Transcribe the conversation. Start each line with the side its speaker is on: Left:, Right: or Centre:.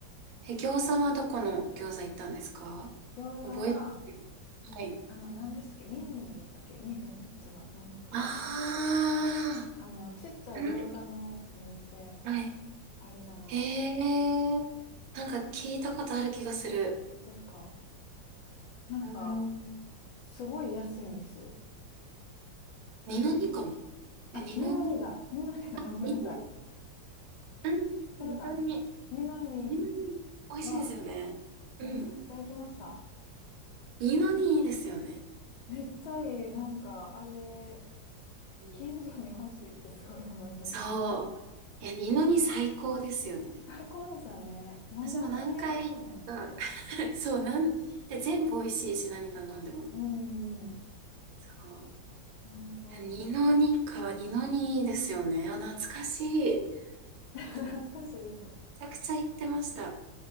Right: え、餃子はどこの餃子行ったんですか覚えてるはい。
Left: 餃子は、あの、何でしたっけミンミンでしたっけみ、え、違う、何だったっけ
Right: あ
Left: あの、ちっちゃい餃子のお店、
Right: あ、うんはい。
Left: あるじゃないです
Right: へえ、なんか聞いたことある気がする。
Left: か。ですかなんか、
Right: うーん。
Left: すごい安いんですよ。
Right: 二の二かも。
Left: 人、あ、
Right: え二の二
Left: 二のにだ。二のにだ。<laughs> ごめんなさい。
Right: 二の二。うん、
Left: それだ。
Right: 二の二。
Left: 二のに
Right: 二の二。美味しいですよね。
Left: は、
Right: うん。
Left: めちゃくちゃ行きました。
Right: 二の二いいですよね。
Left: めっちゃいい。なんか、あれ、
Right: うん、
Left: 近所に欲しいってすごい思いました。
Right: そう。いや、二の二最高ですよね。
Left: <laughs> 最高ですよね。なんであんなに安いのって。
Right: 私も何回行ったか、<laughs> そう、なん、で、全部美味しいし、何頼んでも。
Left: うーん、
Right: そう。
Left: 本当。
Right: いや、二の二か、二の二いいですよね。あ、懐かしい。
Left: <laughs> 懐かしいですか
Right: めちゃくちゃ行ってました。